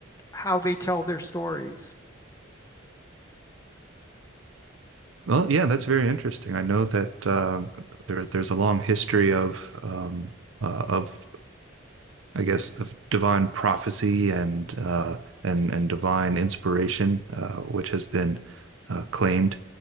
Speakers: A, on the left; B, on the right.
A: how they tell their stories.
B: Well, yeah, that's very interesting. I know that um, there, there's a long history of, um, uh, of I guess, of divine prophecy and uh, and and divine inspiration, uh, which has been uh, claimed